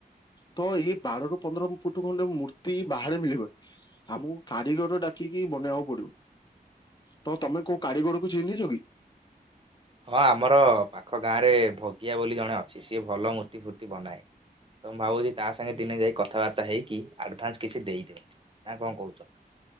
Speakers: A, on the left (about 25°); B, on the right (about 35°).
A: ତ ଏହି ବାରରୁ ପନ୍ଦର ଫୁଟୁ ଖଣ୍ଡେ ମୂତ୍ତ୍ ତି ବାହାରେ ମିଳିବନି। ଆମକୁ କାରିଗର ଡ଼ାକିକି ବନେଇବାକୁ ପଡ଼ିବ। ତ ତମେ କୋଉ କାରିଗରକୁ ଚିହ୍ନିଚ କି?
B: ହଁ ଆମର ପାଖ ଗାଁରେ ଭଗିଆ ବୋଲି ଜଣେ ଅଛି ସିଏ ଭଲ ମୂର୍ତ୍ତି ଫୁର୍ତ୍ତି ବନାଏ। ତ ମୁଁ ଭାବୁଚି ତା ସାଙ୍ଗେ ଦିନେ ଯାଇ କଥାବାର୍ତ୍ତା ହେଇକି ଆଡ଼ଭାନ୍ସ କିଛି ଦେଇଦିଅନ୍ତି। ନା କଣ କୋହୁଚ?